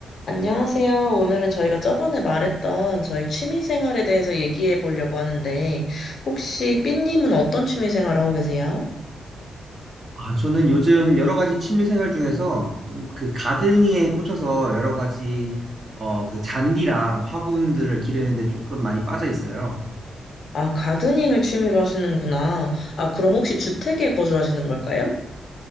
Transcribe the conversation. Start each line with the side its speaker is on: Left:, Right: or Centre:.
Left: 안녕하세요. 오늘은 저희가 저번에 말했던 저희 취미 생활에 대해서 얘기해 보려고 하는데, 혹시 삐님은 어떤 취미 생활 하고 계세요?
Right: 아, 저는 요즘 여러 가지 취미 생활 중에서 좀 그 가드닝에 꽂혀서 여러 가지 어, 그 잔디랑 화분들을 기르는데 조금 많이 빠져 있어요.
Left: 아, 가드닝을 취미로 하시는구나. 아, 그럼 혹시 주택에 거주하시는 걸까요?